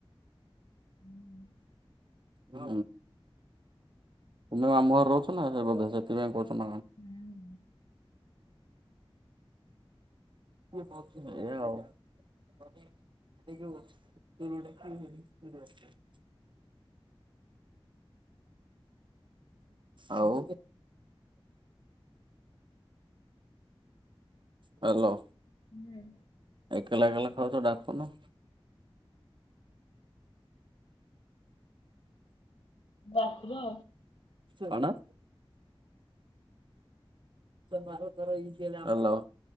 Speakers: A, on the left (about 70°); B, on the right (about 55°).
A: ହୁଁ
B: ହୁଁ ତୁମେ ଆମ ଘରେ ରହୁଛ ନା ସେ ବଧେ ସେଥିପାଇଁ କହୁଛ। <unintelligible>
A: ହୁଁ।
B: <unintelligible> <unintelligible> ଆଉ ହ୍ୟାଲୋ।
A: ହୁଁ
B: ଏକଲା ଏକଲା ଖାଉଛ ଡାକୁନ।
A: ବାସିବ
B: କଣ? ବାର ଥର ଏଇ କି ହ୍ୟାଲୋ।